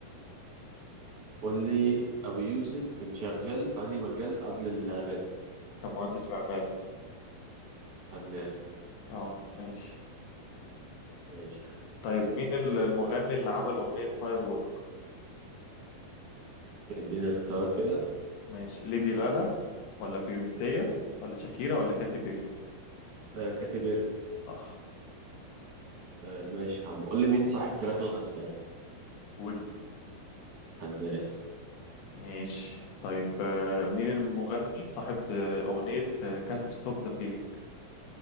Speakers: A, on the right; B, on the left.
A: قول لي أبو يوسف كان شغال في أنهي مجال قبل الراب
B: كان مهندس معماري
A: فنان
B: اه ماشي
A: ماشي يا عم
B: طيب مين ال- المغني اللي عمل أغنية فاير وورك
A: اديني اختيارات كده
B: ماشي ليدي غاغا ولا بيونسية ولا شاكيرا ولا كاتي بيري
A: آه كاتيبيري
B: صح
A: آه ماشي يا عم قول لي مين صاحب تراك الغسالة
B: ويجز
A: فنان
B: ماشي طيب آه، مين المغني صاحب آه، أغنية كانت ستوب ذا فيلينج